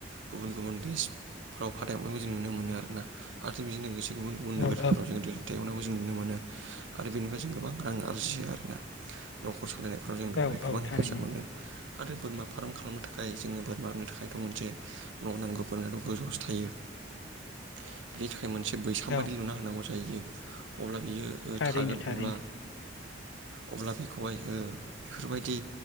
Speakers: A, on the right (about 75°); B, on the left (about 65°).
A: गुबुन गुबुन देस फोराव फाथायहरनायखौ जों नुनो मोनो आरोना आरो जों बेजों लोगोसे गुबुन गुबुन
B: औ
A: नोगोरफोराव जों <unintelligible> जों नुनो मोनो आरो बेनिफ्राय जों गोबां रां आरजियो आरोना न'खर सालायनायाव ज बेनिफ्राय
B: औ औ
A: गोबां हेफाजाब
B: थारैनो
A: मोनदों आरो बोरमा फार्म खालामनो थाखाय जोङो बोरमा होनो थाखायथ' मोनसे न' नांगौ बोरमायाथ गोजौ बिनि थाखाय मोनसे बैसां बादि
B: औ
A: लुनो हानांगौ जायो अब्ला बियो
B: थारैनो
A: थागोन
B: थारैनो
A: अब्ला अब्ला बेखौहाय बेफोरबायदि